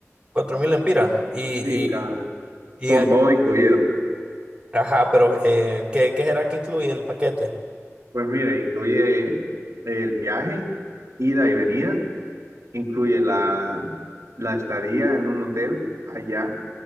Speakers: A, on the right (about 20°); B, on the right (about 75°).
A: Cuatro mil empiras. Y,
B: Sí,
A: y,
B: cada uno.
A: y
B: Con
A: el-
B: todo incluido.
A: ajá, pero eh, ¿qué, qué será que incluye el paquete?
B: Pues mire, incluye el viaje, ida y venida, incluye la, la estadía en un hotel allá